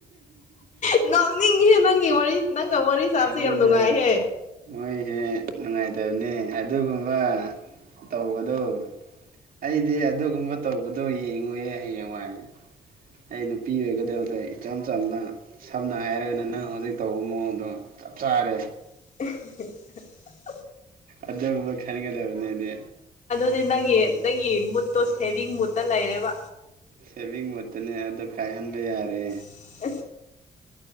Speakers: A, on the left; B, on the right.
A: ꯅꯣꯛꯅꯤꯡꯉꯤꯍꯦ ꯅꯪꯒꯤ ꯋꯥꯔꯤ ꯅꯪꯒ ꯋꯥꯔꯤ ꯁꯥꯕꯁꯦ
B: ꯑꯗꯨꯅꯦ
A: ꯌꯥꯝ ꯅꯨꯡꯉꯥꯏꯍꯦ
B: ꯃꯣꯏ ꯍꯦ ꯅꯨꯡꯉꯥꯏ ꯇꯕꯅꯤ ꯑꯗꯨꯒꯨꯝꯕ ꯇꯧꯕꯗꯨꯣ ꯑꯩꯗꯤ ꯑꯗꯨꯒꯨꯝꯕ ꯇꯧꯕ ꯑꯣꯗꯣ ꯌꯦꯡꯉꯨꯌꯦ ꯍꯌꯦꯡꯋꯥꯏ ꯑꯩ ꯅꯨꯄꯤ ꯑꯣꯏꯒꯗꯕꯗꯣ ꯏꯆꯝ ꯆꯝꯅ ꯁꯝꯅ ꯍꯥꯏꯔꯒꯅ ꯅꯪ ꯍꯧꯖꯤꯛ ꯇꯧꯕ ꯃꯑꯣꯡꯗꯣ ꯆꯞ ꯆꯥꯔꯦ
A: <unintelligible>
B: ꯑꯗꯨꯒꯨꯝꯕ ꯈꯟꯒ ꯗꯕꯅꯦ
A: ꯑꯗꯨ ꯅꯪꯒꯤ ꯅꯪꯒꯤ ꯃꯨꯠꯇꯣ ꯁꯦꯚꯤꯡ ꯃꯨꯠꯇ ꯂꯩꯔꯦꯕ
B: ꯁꯦꯚꯤꯡ ꯃꯣꯠꯇꯅꯦ ꯑꯗ ꯀꯥꯏꯍꯟꯕ ꯌꯥꯔꯦ
A: <unintelligible>